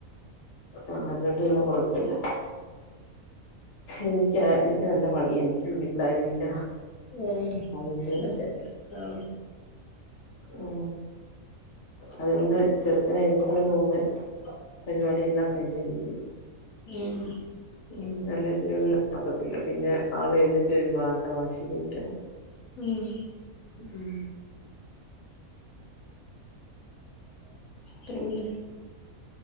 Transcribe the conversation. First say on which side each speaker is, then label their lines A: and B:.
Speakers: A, on the left; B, on the left.
A: ആഹ അത്കൊണ്ട് പിന്നെ കൊഴപ്പില്ല എനിക്കോ എനിക്ക് നല്ല പണിയാണ് എനിക്കും വീട്ടിലാരും ഇല്ല
B: ഓ <inaudible>
A: അതുകൊണ്ട്
B: ആ
A: ഉ അതുകൊണ്ട് ചെറ അത് കഴിഞ്ഞിട്ട് നോമ്പ് പരിപാടിയെല്ലാം കഴിഞ്ഞിരിക്കും
B: ഉം
A: മ്മ് നല്ലതിലൊന്നും നടക്കത്തില്ല പിന്നെ ആള് എ രുമ്പോ ആളുടെ വാശിക്ക് നിക്കണം
B: മ്മ്
A: ഉം
B: പിന്നെ